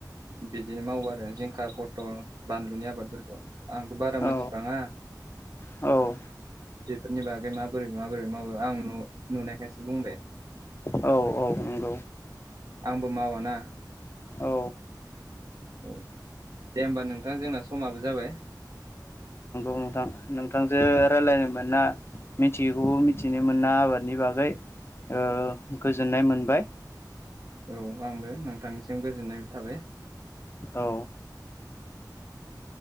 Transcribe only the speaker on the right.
बिदिनो मावो आरो जिंखा पथल। बानलुनि आबादफोरखौ आंथ' बारा मिथिबाङा।
बेफोरनि बागै माबोरै माबोरै मावो आं नुनायखायसो बुंदों।
आंबो मावाना।
औ दे होमबा नोंथां जोंना समाबो जाबाय।
औ आंबो नोंथांनिसिम गोजोननाय थाबाय।